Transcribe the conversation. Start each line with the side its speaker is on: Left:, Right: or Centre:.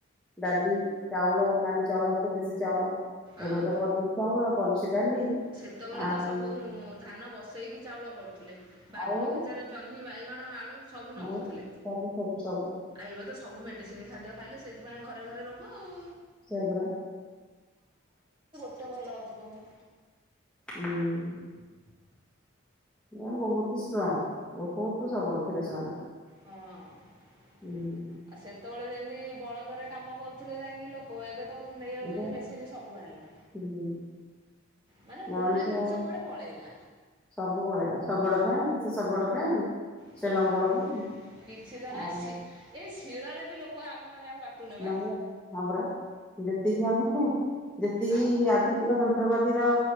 Centre: ଡାଲି, ଚାଉଳ, ନାଲି ଚାଉଳ ଭାତ, ଦେଶୀ ଚାଉଳ
Right: ଆଉ
Centre: ଏବେ ତ ପଲିସି ଚାଉଳ, ପଲିସି ଡାଲି
Right: ସେତେବେଳେ
Centre: ଆଉ।
Right: ତ ସବୁ ଧାନ ବସେଇକି ଚାଉଳ କରୁଥିଲେ। ବାରି
Centre: ଆଉ
Right: ବଗିଚାରେ ଜହ୍ନି, ବାଇଗଣ, ଆଳୁ ସବୁ ଲଗଉଥିଲେ
Centre: ଆଉ ସବୁ ସବୁ ସବୁ
Right: ।ଆଉ ଏବେ ତ ସବୁ ମେଡ଼ିସିନ ଖାଦ୍ୟ ଖାଇଲେ। ସେଇଥିପାଇଁ ଘରେ ଘରେ ରୋଗ ଆଉ।
Centre: ସେଇଆ ପରା।
Right: କେତେ ଭଲ ଅଛି କହୁନ?
Centre: ହୁଁ ନା ବହୁତ ଷ୍ଟ୍ରଙ୍ଗ। ବହୁତ ସବଳ ଥିଲେ ସେମାନେ।
Right: ହଁ ଆଉ
Centre: ହୁଁ
Right: ସେତେବେଳେ ଯେମି <unintelligible> ବଳଦରେ କାମ କରୁଥିଲେ ଯାଇକି ଲୋକ, ଏବେ ତ ନେଇଯାଉଛନ୍ତି,
Centre: ଏବେ
Right: ମେସିନ୍ ସବୁ ବାହାରିଲା।
Centre: ହୁଁ
Right: ମାନେ ପୁରୁଣା
Centre: ମଣିଷ
Right: ଜିନିଷ କୁଆଡେ ପଳେଇଲା।
Centre: ସବୁ ପଳେଇଲା, ଶଗଡ କାଇଁ? ସେ ଶଗଡ଼ କାଇଁ?
Right: ହଁ
Centre: ସେ ଲଙ୍ଗଳ କାଇଁ
Right: କିଛି ତ ନାହିଁ
Centre: ଆଉ
Right: ଶି ଏଇ ଶିଳରେ ବି ଲୋକ ଆମେ ମାନେ ଆଉ ବାଟୁନେ
Centre: <unintelligible>
Right: ବା।
Centre: ହଁ ପରା। ଯେତିକି ଆମେ ଯେତିକି
Right: ଆଉ
Centre: ଆଧୁନିକ ଯନ୍ତ୍ରପାତିର